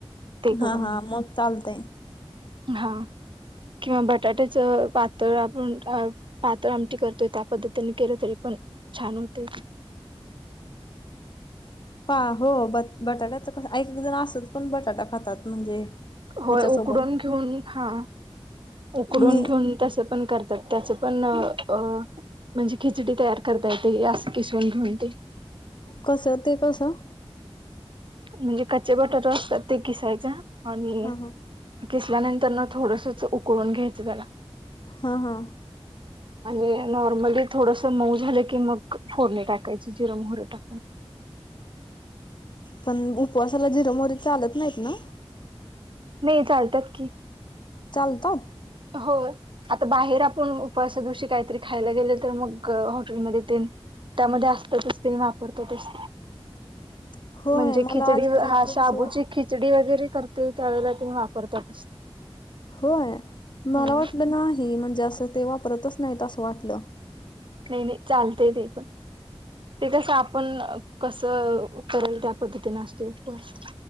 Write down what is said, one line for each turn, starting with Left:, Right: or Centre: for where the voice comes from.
Right: ते करून
Left: हा हा
Right: घेतोय.
Left: मग चालतंय.
Right: हा, किंवा बटाट्याच पातळ आपण, पातळ आमटी करतोय, त्या पद्धतीने केलं तरी पण छान होतय ते.
Left: पा हो ब बटाट्याच एक-एक जण आसाच बटाटा खातात म्हणजे ह्याच्यासोबत
Right: होय उकडून घेऊन, हा, उकडून
Left: मी
Right: घेऊन तसं पण करत त्याचे पण अ म्हणजे खिचडी तयार करता येते, अस किसवून घेऊन ते.
Left: कसं, ते कसं?
Right: म्हणजे कच्चे बटाटू असतात ते किसायच आणि
Left: हा हा
Right: किसल्यानंतर ना थोडसच उकळून घ्यायचं त्याला.
Left: हा-हा.
Right: आणि नॉर्मली थोडस मऊ झालं की मग, फोडणी टाकायची जिर, मोहरी टाकून.
Left: पण उपवासाला जिर, मोहरी चालत नाहीत ना?
Right: नाही चालत्यात की.
Left: चालतात?
Right: होय. आता बाहेर आपण उपवासा दिवशी काहीतरी खायला गेले तर मग हॉटेलमध्ये तेन त्यामध्ये असतच तेनी वापरतातच.
Left: <inaudible>
Right: म्हणजे
Left: मला
Right: खिचडी,
Left: आजपर्यंत
Right: हा शाबूची
Left: असं वाट
Right: खिचडी वगैरे करतोय त्या वेळेला तेनी वापरतातच.
Left: होय? मला
Right: हम्म
Left: वाटलं नाही, म्हणजे असं ते वापरतच नाहीत असं वाटलं.
Right: नाही-नाही चालतय ते पण. ते कसं आपण, कसं, करेल त्या पद्धतीन असतो उपवास.